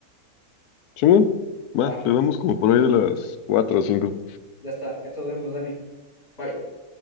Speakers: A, on the left (about 85°); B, on the left (about 45°).
A: Simón,
B: Va,
A: va, le damos como por
B: ya está,
A: ahí de las 4 o 5
B: ya está. Ahí te vemos, Dani. Bye.